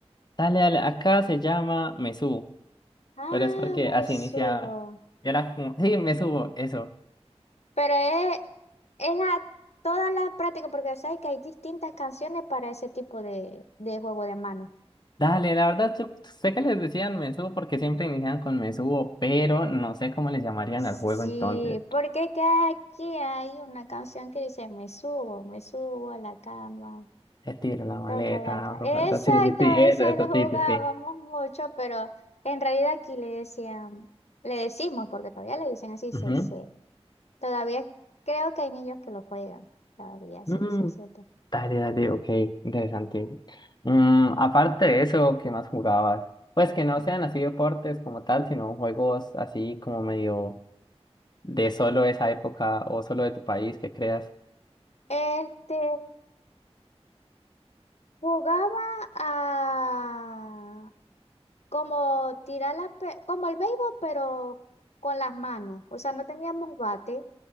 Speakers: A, on the left; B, on the left.
A: Dale, dale, acá se llama Mesú.
B: Ah,
A: Pero es porque
B: me
A: así
B: subo.
A: iniciaba. Y era como, sí, me subo, eso.
B: Pero es, es a todas las prácticas, porque sabes que hay distintas canciones para ese tipo de, de juego de mano.
A: Dale, la verdad, yo sé que les decían me subo porque siempre inician con me subo, pero no sé cómo les llamarían
B: Sí,
A: al juego entonces.
B: porque es que aquí hay una canción que dice, me subo, me subo a la cama.
A: Te tiro la maleta,
B: Tocolaca.
A: bro, falta-
B: Exacto,
A: Sí, sí, sí, eso,
B: ese
A: eso,
B: lo jugábamos
A: sí, sí, sí.
B: mucho, pero en realidad aquí le decían, le decimos, porque todavía le dicen así, CC.
A: Ujú.
B: Todavía creo que hay niños que lo juegan. Todavía,
A: Mm,
B: sí, sí, cierto.
A: dale, dale, ok, interesante. Mm, aparte de eso, ¿qué más jugabas? Pues que
B: Ya.
A: no sean así deportes como tal, sino juegos así como medio de solo esa época o solo de tu país que creas.
B: Este, jugaba a, Como tirar la, pe- como el béisbol, pero con las manos. O sea, no teníamos bate,